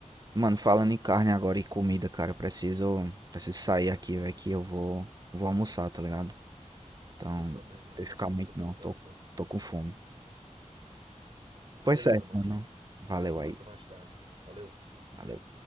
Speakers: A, on the right (about 30°); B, on the right (about 50°).
A: Mano, falando em carne agora e comida, cara, eu preciso, preciso sair aqui, velho, que eu vou, vou almoçar, tá ligado? Então,
B: Eu também,
A: não
B: mano.
A: tem que
B: Daqui
A: ficar
B: a pouco
A: muito
B: você
A: não,
B: passar
A: tô,
B: almoçar.
A: tô com fome.
B: Beleza,
A: Pois certo,
B: mano.
A: mano. Valeu
B: Nós conversamos
A: aí.
B: mais tarde. Valeu.
A: Valeu.